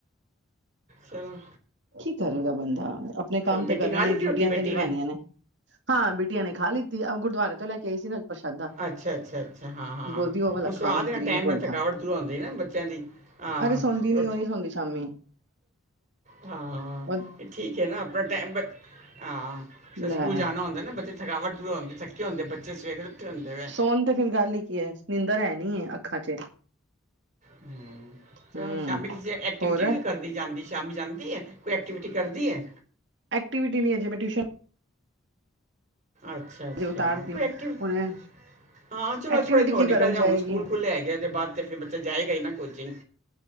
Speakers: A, on the right; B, on the right.
A: ਸਹੀ।
B: ਕੀ ਕਰੇਗਾ ਬੰਦਾ ਆਪਣੇ ਕੰਮ
A: ਬੇਟੀ
B: ਤੇ ਕਰੇ
A: ਖਾ
B: ਨੇ
A: ਲਿੱਤੀ
B: ਡਿਊਟੀਆਂ
A: ਰੋਟੀ ਬੇਟੀ
B: ਤੇ ਨਿਭਾਉਣੀਆਂ ਨੇ ਹਾਂ ਬਿਟੀਆਂ ਨੇ ਖਾ ਲਿੱਤੀ ਗੁਰਦੁਆਰੇ ਤੋਂ ਲੈ ਕੇ ਆਈ ਸੀ ਨਾ ਪ੍ਰਸ਼ਾਦਾ
A: ਅੱਛਾ ਅੱਛਾ ਅੱਛਾ ਹਾਂ ਹਾਂ
B: ਬੋਲਦੀ ਉਹ ਵਾਲਾ
A: ਹੁਣ ਸੁਆਹ
B: ਖਾਂਗੀ
A: ਦੇ ਨਾਲ
B: ਗ੍ਰੀਨ
A: ਟਾਈਮ
B: ਪਰੌਂਠਾ।
A: ਨਾਲ ਥਕਾਵਟ ਜ਼ਰੂਰ ਆਉਂਦੀ ਹੈ ਨਾ ਬੱਚਿਆਂ ਦੀ ਹਾਂੋ
B: ਅਰੇ ਸੌਂਦੀ ਨੀ ਉਹ ਨੀ ਸੌਂਦੀ ਸ਼ਾਮੀ
A: ਹਾਂ
B: ਉਹ
A: ਇਹ ਠੀਕ ਹੈ ਨਾ ਆਪਣਾ ਟਾਈਮ ਹਾਂ ਫ ਸਕੂਲ
B: ਲੈ
A: ਜਾਣਾ ਹੁੰਦਾ ਨਾ ਬੱਚੇ ਥਕਾਵਟ ਦੁੰ ਥੱਕੇ ਹਦੇ ਬੱਚੇ ਸਵੇਰੇ ਉੱਠੇ ਹੁੰਦੇ ਵੇ
B: ਸੋਣ ਤੇ ਫਿਰ ਗੱਲ ਹੀ ਕੀ ਹੈ ਨਿੰਦਰ ਹੈ ਨੀ ਅੱਖਾਂ ਚ
A: ਹਮ ਚਲ
B: ਹਮ
A: ਸ਼ਾਮੀ ਕਿਸੇ ਐਕਟੀਵਿਟੀ
B: ਹੋਰ
A: ਵੀ ਕਰਦੀ ਜਾਂਦੀ ਸ਼ਾਮੀ ਜਾਂਦੀ ਕੋਈ ਐਕਟੀਵਿਟੀ ਕਰਦੀ ਹੈ
B: ਐਕਟੀਵਿਟੀ ਨਹੀਂ ਹੈ ਜਿਵੇੈਂ ਟਿਊਸ਼ਨ
A: ਅੱਛਾ
B: ਹਜੇ
A: ਅੱਛਾ
B: ਉਤਾਰਦੀ
A: ਕੋਈ ਐਕਟੀਵਿਟੀ
B: ਹੁਣੇ
A: ਹਾਂ ਚਲੋ
B: ਐਕਟੀਵਿਟੀ
A: ਥੋੜੇ ਦਿਨ ਹੋਰ
B: ਕੀ
A: ਨਿਕਲ
B: ਕਰਨ
A: ਜਾ
B: ਜਾਏਗੀ
A: ਹੁਣ ਸਕੂਲ ਖੁੱਲੇ ਹੈਗੇ ਉਹਦੇ ਬਾਅਦ ਤੇ ਫਿਰ ਬੱਚ ਜਾਏਗਾ ਹੀ ਨਾ ਕੋਚਿੰਗ